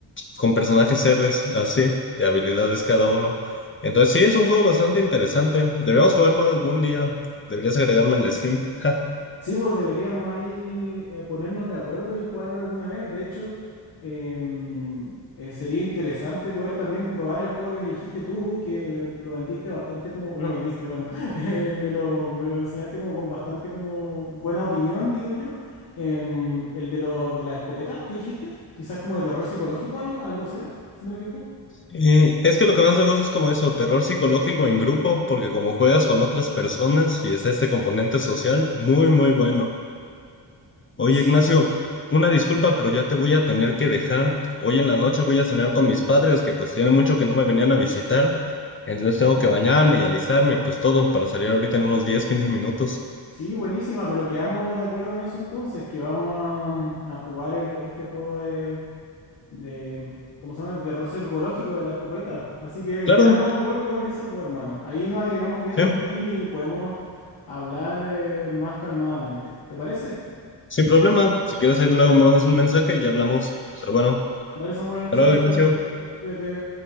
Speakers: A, on the left; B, on the left.
A: con personajes héroes, así, de habilidades cada uno. Entonces sí, es un juego bastante interesante. Deberíamos jugarlo algún día. Deberías agregarme en el Steam. Ja.
B: Sí, pues deberíamos ahí eh, ponernos de acuerdo y jugarlo alguna vez. De hecho, em, eh, sería interesante poder también probar el juego que me dijiste tú, que lo vendiste bastante como, <laughs> lo vendiste, bueno, <laughs> eh, me lo, me lo enseñaste como con bastante como buena opinión, digo yo. Em, el de lo, de la escopeta que dijiste, quizás como de terror psicológico, algo, algo así era, si no me equivoco.
A: Y es que lo que más me gusta es como eso, terror psicológico en grupo, porque como juegas con otras personas y está este componente social, muy, muy bueno. Oye,
B: Sí,
A: Ignacio, una disculpa, pero ya te voy a tener que dejar. Hoy en la noche voy a cenar con mis padres, que pues tiene mucho que no me venían a visitar. Entonces tengo que bañarme y alistarme y pues todo para salir ahorita en unos 10 15 minutos.
B: Sí, buenísima, pero quedamos de acuerdo en eso entonces, que vamos a, mm, a jugar el, este juego de, de, mm, ¿cómo se llama? De terror psicológico de la escopeta. Así que
A: Claro,
B: quedamos de acuerdo en eso, pues hermano. Ahí nos agregamos bien
A: sí,
B: a Steam y podemos hablar eh, más calmadamente. ¿Te parece?
A: sin problema. Si quieres, ahí luego me mandas un mensaje y ya hablamos. Pero bueno,
B: Dale, Samuel,
A: hasta
B: chau,
A: luego,
B: chau.
A: Ignacio.
B: Cuídate.